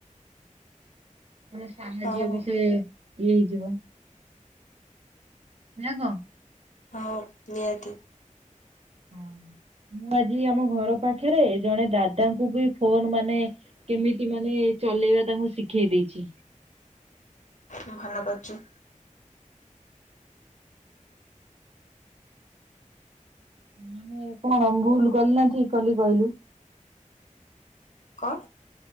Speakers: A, on the right (about 50°); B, on the left (about 65°).
A: ମାନେ ସାହାଯ୍ୟ
B: ହଁ
A: ବି ସେ ଇଏ ହେଇଯିବ ନା କଣ?
B: ହଁ ନିହାତି।
A: ହଁ। ମୁଁ ଆଜି ଆମ ଘର ପାଖରେ ଜଣେ ଦାଦାଙ୍କୁ ବି ଫୋନ ମାନେ କେମିତି ମାନେ ମାନେ ଚଲେଇବା ଟା ମୁଁ ଶିଖେଇ ଦେଇେଇଚି।
B: ହଁ ଭଲ କରିଚୁ।
A: ମାନେ କଣ ଭୁଲ କଲି ନା ଠିକ କଲି କହିଲୁ?
B: କଣ?